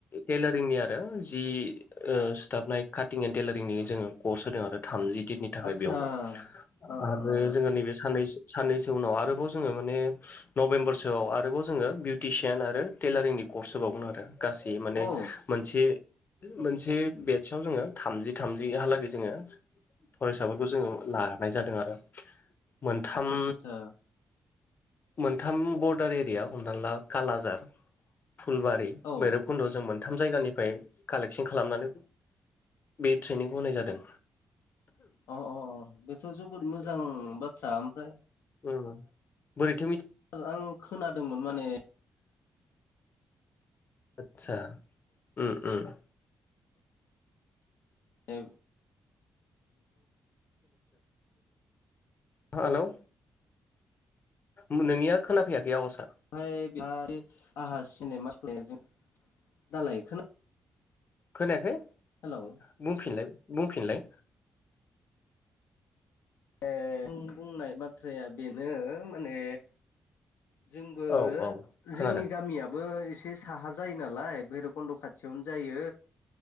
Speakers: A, on the left; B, on the left.
A: टेलारिंनि आरो जि ओ सुथाबनाय काटिं एन्टेलारिंनि जोङो कर्स होदों आरो थामजि दिननि थाखाय
B: आतसा
A: बेयावबो
B: अ
A: आरो
B: अ अ
A: जोङो नैबे साननैसो साननैसो उनाव आरोबाव जोङो माने नभेम्बर सोआव आरोबाव जोङो बिउटिसियान आरो टेलारिंनि कर्स होबावगोन आरो। गासै माने
B: औ
A: मोनसे मोनसे बेटसआव जोङो थामजि थामजिहालागै जोङो फरायसाफोरखौ जोङो लानाय जादों आरो। मोनथाम
B: आतसा आतसा आतसा
A: मोनथाम बरडार एरिया हमना ला कालाजार, फुलबारि
B: औ
A: भैरबखुन्द' जों मोनथाम जायगानिफ्राय कालेकसन खालामनानै बे ट्रेनिंखौ होनाय जादों।
B: अ अ अ बेथ' जोबोद मोजां बाथ्रा ओमफ्राय
A: ओम ओम बोरैथो मिथि
B: आं खोनादोंमोन माने
A: आतसा ओम ओम।
B: ए।
A: हेल'। नोंनिया खोनाफैयाखै आवासा।
B: माय बे आंहा सिनेमा सि जों दालाय खोना
A: खोनायाखै।
B: हेलौ।
A: बुंफिनलाय बुंफिनलाय।
B: ए आं बुंनाय बाथ्राया बेनो माने जोंबो
A: औ औ खोनादों
B: जोंनि गामियाबो एसे साहा जायो नालाय भैरबकुन्द' खाथियावनो जायो